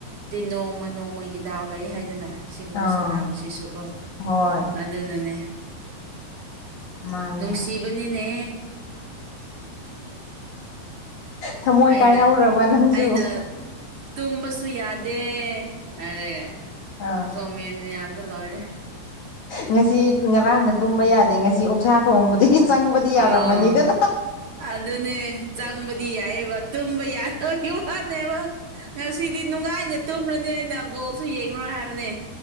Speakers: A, on the right; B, on the left.
A: ꯅꯣꯡꯃ ꯅꯣꯡꯃꯒꯤ ꯗꯥꯎꯅꯦ ꯂꯩ ꯍꯥꯏꯗꯅ ꯁꯤꯒꯨꯝꯕ
B: ꯑꯥ
A: ꯁꯥꯟꯕꯁꯤꯁꯨ ꯀꯣ
B: ꯍꯣꯏ
A: ꯑꯗꯨꯅꯅꯦ
B: ꯃꯥꯅꯦ
A: ꯅꯨꯡꯁꯤꯕꯅꯤꯅꯦ
B: ꯊꯃꯣꯏ
A: ꯑꯩꯅ
B: ꯀꯥꯏꯍꯧꯔꯕ ꯅꯪꯁꯨ
A: ꯑꯩꯅ ꯇꯨꯝꯕꯁꯨ ꯌꯥꯗꯦ ꯍꯥꯏꯔꯒ
B: ꯑꯥ
A: ꯀꯣꯃꯦꯟ ꯃꯌꯥꯝ ꯗ ꯂꯣꯏꯔꯦ
B: ꯉꯁꯤ ꯉꯔꯥꯡꯅ ꯇꯨꯝꯕ
A: ꯎꯝ
B: ꯌꯥꯗꯦ ꯉꯁꯤ ꯑꯣꯛꯁꯥ ꯊꯣꯡꯕꯗꯤ ꯆꯪꯕꯗꯤ ꯌꯥꯔꯝꯃꯅꯤꯗꯅ
A: ꯑꯣ ꯑꯗꯨ ꯑꯗꯨꯅꯦ ꯆꯪꯕꯗꯤ ꯌꯥꯏꯕ ꯇꯨꯝꯕ ꯌꯥꯗꯕꯒꯤ ꯋꯥꯅꯦꯕ ꯉꯁꯤꯗꯤ ꯅꯨꯡꯉꯥꯏꯅ ꯇꯨꯝꯂꯅꯤ ꯑꯩꯅ ꯕꯣꯜꯁꯨ ꯌꯦꯡꯉꯔꯣꯏ ꯍꯥꯏꯕꯅꯦ